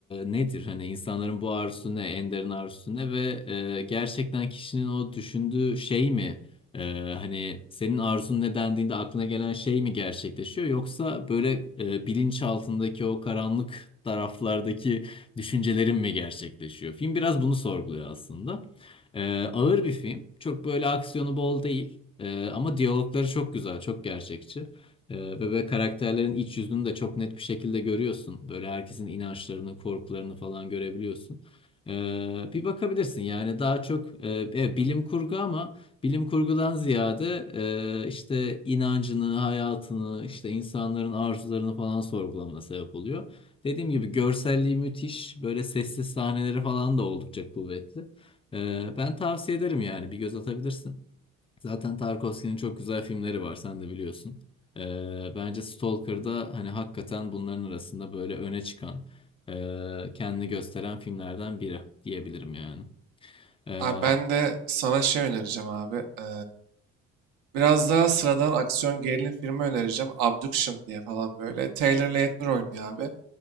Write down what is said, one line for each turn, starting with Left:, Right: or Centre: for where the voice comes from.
Left: nedir? Hani insanların bu arzusu ne? En derin arzusu ne? Ve e, gerçekten kişinin o düşündüğü şey mi ee, hani senin arzun ne dendiğinde aklına gelen şey mi gerçekleşiyor yoksa böyle e, bilinç altındaki o karanlık taraflardaki düşüncelerin mi gerçekleşiyor? Film biraz bunu sorguluyor aslında. Ee, ağır bir film. Çok böyle aksiyonu bol değil. Ee, ama diyalogları çok güzel, çok gerçekçi. Ee, ve böyle karakterlerin iç yüzünü de çok net bir şekilde görüyorsun. Böyle herkesin inançlarını, korkularını falan görebiliyorsun. Ee, bir bakabilirsin yani daha çok e, e, bilim kurgu ama Bilim kurgudan ziyade e, işte inancını, hayatını, işte insanların arzularını falan sorgulamana sebep oluyor. Dediğim gibi görselliği müthiş, böyle sessiz sahneleri falan da oldukça kuvvetli. E, ben tavsiye ederim yani bir göz atabilirsin. Zaten Tarkovski'nin çok güzel filmleri var, sen de biliyorsun. E, bence Stalker'da hani hakikaten bunların arasında böyle öne çıkan, e, kendini gösteren filmlerden biri diyebilirim yani. E,
Right: Abi ben de sana şey önereceğim abi. E, Biraz daha sıradan aksiyon gerilim filmi önereceğim. Abduction diye falan böyle. Taylor Lautner oynuyor abi.